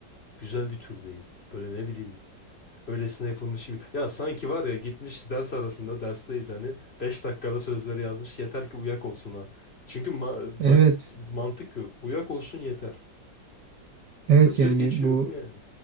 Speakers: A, on the left; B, on the right.
A: güzel bir tür değil. Böyle ne bileyim Öylesine yapılmış gibi. Ya sanki var ya gitmiş ders arasında dersteyiz hani 5 dakikada sözleri yazmış yeter ki uyak olsun ha. Çünkü ma-
B: Evet.
A: bak mantık yok. Uyak olsun yeter.
B: Evet
A: Yazıyor
B: yani
A: geçiyor
B: bu
A: bu yani.